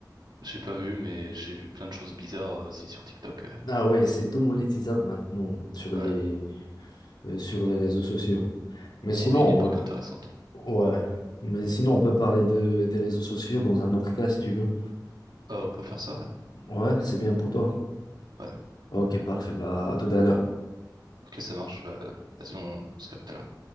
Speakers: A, on the right; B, on the left.
A: J'ai pas vu, mais j'ai vu plein de choses bizarres euh, aussi sur TikTok. euh.
B: Ah ouais, c'est tout monétisable maintenant sur les,
A: Ouais,
B: euh, sur les réseaux sociaux. Mais sinon,
A: on vit une époque
B: euh,
A: intéressante.
B: ouais. Mais sinon, on peut parler de, des réseaux sociaux dans un autre cas si tu veux.
A: Euh, on peut faire ça, ouais.
B: Ouais, c'est bien pour toi.
A: Ouais,
B: Ok, parfait. Bah, à tout à l'heure.
A: ok, ça marche. euh, vas-y, on, on se capte tout à l'heure.